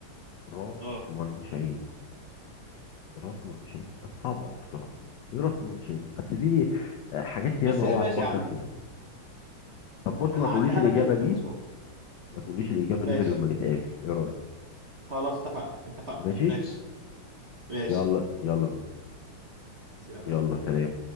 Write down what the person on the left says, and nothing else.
راس
وملهوش عين راس وملهوش عين بس صعبه قوي بصراحه إيه راس وملهوش عين بس دي آه، حاجات ياما
اوعى
تفكر
فيها طب بص
ما تقوليش الاجابه
دي ما تقوليش الاجابه
دي غير لما نتقابل ايه رايك
ماشي
يلا يلا بينا
يلا
سلام